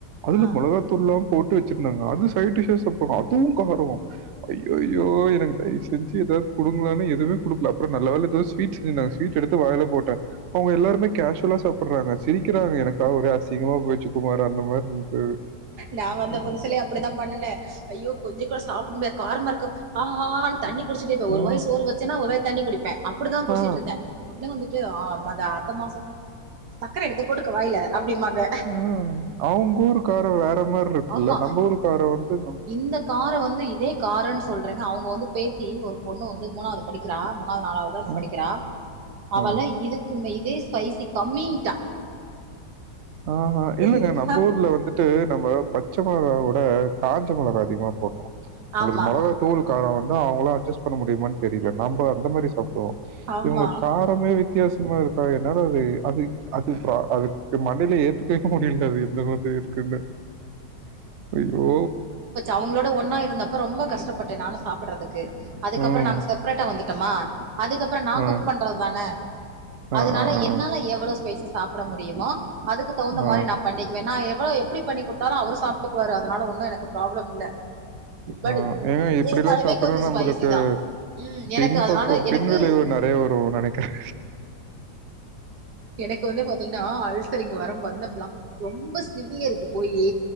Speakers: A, on the right; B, on the right.
A: அதுல
B: ஆ
A: மொளகாத்தூள்லா போட்டு வச்சிருந்தாங்க அது சைட்டீஷா சாப்ட்றாங்க அதுவு காரொ ஐயோயோ எனக்கு தயவு செஞ்சி ஏதாது குடுங்களலான்ன எதுமே குடுக்கல அப்றோ நல்ல வேல எதோ ஸ்வீட் செஞ்சுருந்தாங்க ஸ்வீட் எடுத்து வாய்ல போட்ட அவங்க எல்லாருமே கேஷ் வல்லா சாப்டுறாங்க சிரிக்கிறாங்க எனக்கா ஒரே அசிங்கமா போயிச்சு குமாரு அந்த மாரி இருந்துது
B: நா வந்த புதுசிலயு அப்டித்தா பன்னுனே ஐயோ கொஞ்ச கூட சாப்டமுடியாது காரமா இருக்கு ஆ ஆ னு தண்ணி குடிச்சிட்ருப்ப ஒரு
A: ஆ,
B: வாய் சோறு வச்சனா ஒரு வாய் தண்ணி குடிப்ப அப்டிதா குடிச்சிட்டுந்தே
A: ஆ,
B: ஒடனே வந்துட்டு ஆ மத அத்தமா சொ சக்கர எடுத்து போட்டுக்க வாய்ல அப்டிமாங்க
A: ஆ அவுங்க ஊருக்காரொ வேற மாரி இருக்குல்ல
B: ஆமா
A: நம்ம ஊருக்காரொ வந்து நம்
B: இந்த காரோ வந்து இதே காரன்னு சொல்றங்க அவுங்க வந்து பேத்தி ஒரு பொண்ணு வந்து மூணாது படிக்கிறா மூணாது நாளாவது தா
A: அ,
B: படிக்கிறா அவளா
A: ஆ.
B: இதுக் குமே இதே ஸ்பைசி கம்மின் ட்டா
A: ஆ ஹா இல்லங்க
B: இதுக்கா
A: நம்மூர்ல வந்துட்டு நம்ம பச்ச மொளகா விட காஞ்ச மிளகா அதிகமா போடுறோ <unintelligible>
B: ஆமா
A: மொளகா தூளுகாரொ வந்து அவுங்களா அஜஸ் பண்ண முடிமான் தெரில நம்ம அந்த மாரி சாப்டுவோ
B: ஆமா
A: இவுங்க கார் எல்லாமே வித்தியாசமா இருக்கா என்னால அது அது அது அதுக்கு மட்டு கேக்க முடியில அது எந்த மாதிரி இருக்குன்னு ஐயோ
B: அவுங்களோட ஒன்னா இருந்தப்ப ரொம்ப கஷ்டப்பட்டே நானு சாப்படறதுக்கு அதுக்கப்பறொ
A: ம்.
B: நாங்க செப்ரெட்டா வந்து ட்டமா அதுக்கப்பறொ நா
A: அ,
B: குக் பண்றது தானே
A: அ,
B: அதனால
A: அ, அ,
B: என்னால எவ்ளோ ஸ்பைசி சாப்ட முடியுமோ அதுக்கு தகுந்த
A: அ,
B: மாரி நா பண்ணிக் க்குவ நா எவ்ளோ எப்டி பண்ணி குடுத்தாலு அவரு சாப்ட்டுக்குவாரு அதனால ஒன்னு எனக்கு ப்ராப்ளம் இல்ல பட்
A: ஆ ஏங்க இப்டிலா
B: இருந்தாலுமே
A: சாப்ட்டோனா
B: கொஞ்சோ
A: நம்பளுக்கு
B: ஸ்பைசி தா ம்
A: பின்பக்கொ
B: எனக்கு அதனால எனக்கு
A: பின்வெளைவு நெறையா வரு நெனைக்கிறே
B: எனக்கு வந்து பாத்தீங்கனா அல்சரிங்க வர வந்தப்பலா ரொம்ப சிவியருக்கு போயி